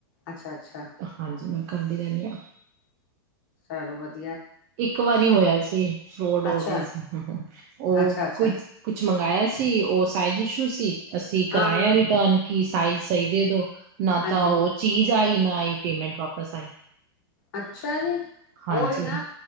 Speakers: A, on the left; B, on the right.
A: ਅੱਛਾ ਅੱਛਾ
B: ਹਾਂਜੀ ਮੈਂ ਕਡੀ ਧਨਿਆ
A: ਚਲੋ ਵਧੀ
B: ਇੱਕ ਵਾਰੀ ਹੋਇਆ ਸੀ ਫਰੋਡ ਹੋ
A: ਅੱਛਾ
B: ਗਿਆ ਸੀ ਉਹ
A: ਅੱਛਾ ਅੱਛਾ
B: ਕੁ ਕੁਛ ਮੰਗਾਇਆ ਸੀ ਉਹ ਸਾਇ ਖੁਸ਼ਤ ਅਸੀਂ ਕਰਾਇਆ
A: ਹਾਂ ਹਾਂ
B: ਰਿਟਰਨ ਕੀ ਸਾਈਜ਼ ਸਹੀ ਦੇ ਦੋ ਨਾ
A: ਹਾਂਜੀ
B: ਤਾਂ ਉਹ ਚੀਜ਼ ਆਈ ਨਾ ਆਈ ਪੇਮੈਂਟ ਵਾਪਸ ਆਈ
A: ਅੱਛਾ ਜੀ
B: ਹਾਂਜੀ
A: ਉਹਈ ਨਾ